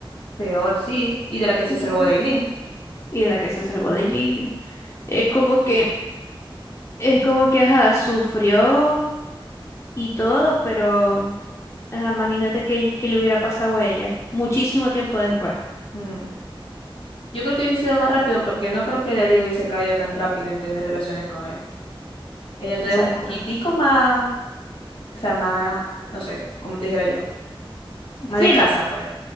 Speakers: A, on the left; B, on the left.
A: Peor, sí. Y de la que se
B: Ujú.
A: salvó Dailin.
B: Y de la que se salvó Dailin. Es como que, es como que, ajá, sufrió y todo, pero, ajá, imagínate que, que le hubiera pasado a ella muchísimo tiempo después.
A: Mm. Yo creo que hubiese sido más rápido porque no creo que Dailin hubiese caído tan rápido en tener relaciones con él. Ella todavía
B: Exacto.
A: es un poquitico más, o sea, más, no sé, como te dijera yo. Más
B: Sí,
A: de casa,
B: Ma-
A: pues.